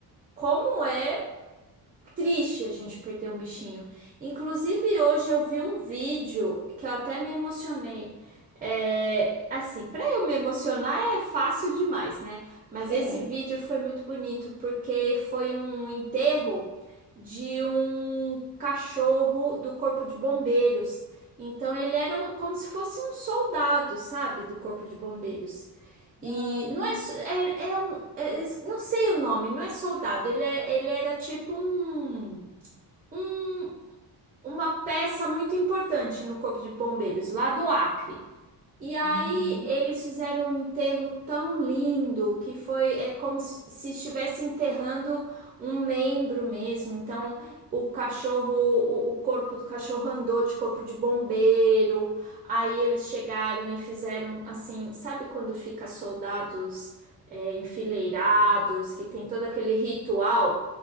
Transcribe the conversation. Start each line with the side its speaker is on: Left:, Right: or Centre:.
Right: como é triste a gente perder um bichinho. Inclusive, hoje eu vi um vídeo que eu até me emocionei. É, assim, para eu me emocionar é fácil demais, né? Mas
Left: <laughs>
Right: esse vídeo foi muito bonito porque foi um enterro de um cachorro do Corpo de Bombeiros. Então ele era um- como se fosse um soldado, sabe, do Corpo de Bombeiros. E
Left: Ah, não.
Right: não é, só- é, é um, é- não sei o nome, não é soldado, ele, é, ele era tipo um, um- uma peça muito importante no Corpo de Bombeiros, lá do Acre. E aí
Left: Uhum.
Right: eles fizeram um enterro tão lindo que foi é como se se estivesse enterrando um membro mesmo. Então o cachorro, o, o corpo do cachorro andou de corpo de bombeiro. Aí eles chegaram e fizeram assim, sabe quando fica soldados é, enfileirados, que tem todo aquele ritual